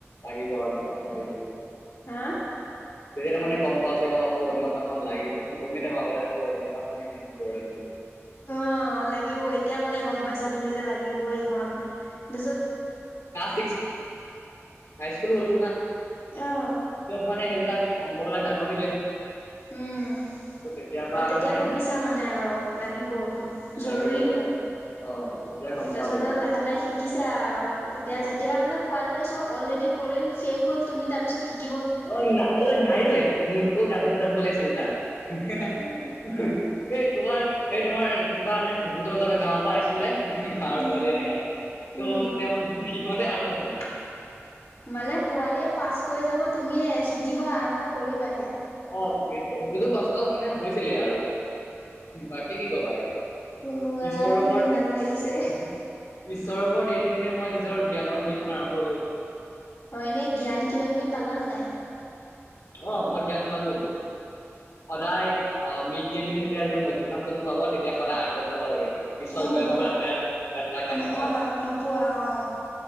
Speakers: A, on the left; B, on the left.
A: লাগিব আৰু কখন লাগিব
B: হা
A: বতিয়া তাৰানে গম পাওঁ যে অ পুৰৰণতা খখন লাগিব ন গমি বাব এটা প ত আাপে দ
B: অ লাগিব এতিয়া মানে গম পাইছা তুমি যে লাগিব এইখন তাৰিছত
A: ্ুলা ত্ুলত
B: অ
A: মানে সেইব <inaudible> ক'বিলাক ডাঙৰ হৈ যায়
B: উম
A: ত' তেতিয়াৰ পৰা
B: অ
A: আৰু
B: তেতিয়া
A: মানে
B: ভাবিছা মানে আৰু লাগিব এখন জৰুৰী
A: লাগিবই
B: হয়
A: অ' তেতিয়া গম
B: তাৰপিছত
A: পালো
B: মানে
A: আৰু
B: লাহে লাহে শিকিছো আৰু তেতিয়া
A: অ'
B: যেতিয়া মানে পোৱালীয়ে চব অলৰেডি কৰি শেষ হ'ল তুমি তাৰপিছত শিকা
A: অ নাই অঐ নাই ঐ মোতকৈ কাঠৰ কতে পলাইছো এই কোমাৰ এই তোমাৰ কিবা এনে ধুকুতৰৰ গাঁৱৰ পৰা আছিলে গৱৰ
B: উম।
A: পোৱালি এনেকা ত'
B: উম,
A: তেওঁ সিহঁতে আৰু নাজানে
B: মানে পোৱালিয়ীয়ে পাছ কৰি যাব তুমিয় শিকিব আৰম্ভ কৰিবাহে
A: অ সেইটোতো কষ্ট মানে হৈছিলেই আৰু বাকী কি ক'বা আৰু
B: ওৱা
A: ঈশ্বৰৰ
B: শুনি
A: ওপৰত
B: ভাল লাগিছে।
A: ঈশ্বৰৰ ওপৰত এৰি পিনে মই নিজ নিজৰ জ্ঞানৰ হেখন আৰম্ভ কৰিছ
B: অ এনেই জ্ঞান কিবা কিবি পালান নাই
A: আহ মই জান পালো সদায় অ মিড ডে মিল যেতিয়া যেতিয়া মধ্যাহ্ন ভোজন খুৱাব তেতিয়া সদায় আগত যাব লাগে পিছত
B: উ
A: গ
B: বা
A: নকৰে তাত তাক কিন
B: ন
A: পায়
B: অ' ন নোপোৱা অ'।